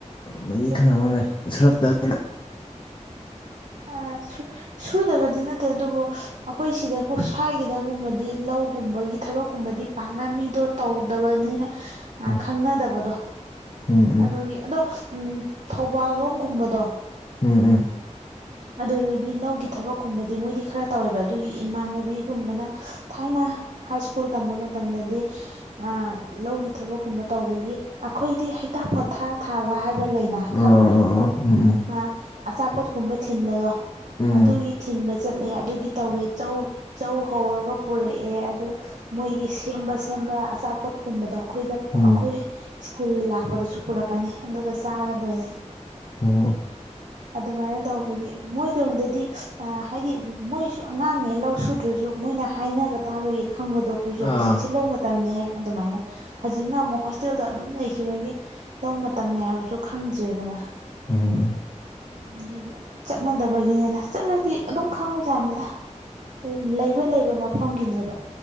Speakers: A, on the left (about 40°); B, on the right (about 70°).
A: ꯅꯪꯗꯤ
B: ꯑꯗꯨꯒꯤꯅꯦ
A: ꯈꯪꯉꯝꯃꯔꯣꯏ ꯁꯨꯔꯛꯇꯕꯅꯤꯅ꯫
B: ꯑ ꯁꯨ ꯁꯨꯗꯕꯗꯤ ꯅꯠꯇꯦ ꯑꯗꯨꯕꯨ ꯑꯩꯈꯣꯏ ꯁꯤꯗ ꯀꯨꯞꯁꯥꯏꯒꯗꯒꯨꯝꯕꯗꯤ ꯂꯧꯒꯨꯝꯕꯒꯤ ꯊꯕꯛꯀꯨꯝꯕꯗꯤ ꯄꯥꯛꯅ ꯃꯤꯗꯣ ꯇꯧꯗꯕꯅꯤꯅ
A: <inaudible>
B: ꯑ ꯈꯪꯅꯗꯕꯗꯣ
A: ꯎꯝ
B: ꯑꯗꯨꯒꯤ ꯑꯗꯣ ꯎꯝ ꯊꯧꯕꯥꯜꯂꯣꯡꯒꯨꯝꯕꯗꯣ
A: ꯎꯝ ꯎꯝ
B: ꯑꯗꯨꯗꯗꯤ ꯂꯧꯒꯤ ꯊꯕꯛꯀꯨꯝꯕꯗꯤ ꯃꯣꯏꯗꯤ ꯈꯔ ꯇꯧꯋꯦꯕ ꯑꯗꯨꯒꯤ ꯏꯃꯥꯟꯅꯕꯤꯒꯨꯝꯕꯅ ꯊꯥꯏꯅ ꯍꯥꯏ ꯏꯁ꯭ꯀꯨꯜ ꯇꯝꯕ ꯃꯇꯝꯗꯗꯤ ꯑꯥ ꯂꯧꯒꯤ ꯊꯕꯛꯀꯨꯝꯕ ꯇꯧꯕꯒꯤ ꯑꯩꯈꯣꯏꯗꯤ ꯍꯩ ꯊꯥ ꯄꯣꯊꯥ ꯊꯥꯕ ꯍꯥꯏꯕ ꯂꯩꯅ ꯈꯪꯕ꯭ꯔꯥ
A: ꯑꯣ ꯑꯣ ꯑꯣ ꯎꯝ ꯎꯝ
B: ꯑꯥ ꯑꯆꯥꯄꯣꯠꯀꯨꯝꯕ ꯊꯤꯟꯕꯗꯣ
A: ꯎꯝ
B: ꯑꯗꯨꯒꯤ ꯊꯤꯟꯕ ꯆꯠꯂꯦ ꯑꯗꯨꯒꯤ ꯇꯧꯋꯦ ꯆꯧ ꯆꯧ ꯍꯧꯔꯒ ꯄꯨꯔꯛꯑꯦ ꯑꯗꯨ ꯃꯣꯏꯒꯤ ꯁꯦꯝꯕ ꯁꯦꯝꯕ ꯑꯆꯥꯄꯣꯠꯀꯨꯝꯕꯗꯣ ꯑꯩꯈꯣꯏꯗ
A: ꯎꯝ
B: ꯑꯩꯈꯣꯏ ꯏꯁ꯭ꯀꯨꯜ ꯂꯥꯛꯄꯗꯁꯨ ꯄꯨꯔꯛꯀꯅꯤ ꯑꯗꯨꯒ ꯆꯥꯒꯗꯣꯏꯅꯦ
A: ꯎꯝ
B: ꯑꯗꯨꯃꯥꯏꯅ ꯇꯧꯕꯒꯤ ꯃꯣꯏꯑꯗꫭꯝꯗꯗꯤ ꯍꯥꯏꯗꯤ ꯃꯣꯏꯁꯨ ꯑꯉꯥꯡꯅꯦ ꯂꯧ ꯁꯨꯗ꯭ꯔꯁꯨ ꯁꯨ ꯃꯣꯏꯅ ꯍꯥꯏꯅꯕ ꯇꯥꯕꯒꯤ ꯈꯪꯕꯗꯣ ꯑꯩꯈꯣꯏꯁꯨ
A: ꯑꯥ
B: ꯍꯧꯖꯤꯛꯁꯦ ꯂꯧ ꯃꯇꯝꯅꯦ ꯑꯗꯨꯃꯥꯏꯅ ꯍꯧꯖꯤꯛꯅ ꯑꯃꯨꯛ ꯍꯣꯁꯇꯦꯜꯗꯣ ꯑꯗꯨꯝ ꯂꯩꯈꯤꯕꯒꯤ ꯂꯧ ꯃꯇꯝꯅꯤꯅꯦ ꯍꯥꯏꯕꯁꯨ ꯈꯪꯗ꯭ꯔꯦꯗꯅ
A: ꯎꯝ
B: ꯑꯗꯨꯒꯤ ꯆꯠꯅꯗꯕꯒꯤꯅꯦꯗ ꯆꯠꯂꯗꯤ ꯑꯗꯨꯝ ꯈꯪꯉꯨꯖꯥꯠꯅꯦꯗ ꯎꯝ ꯂꯩꯕ ꯂꯩꯕ ꯃꯐꯝꯒꯤꯅꯦꯕ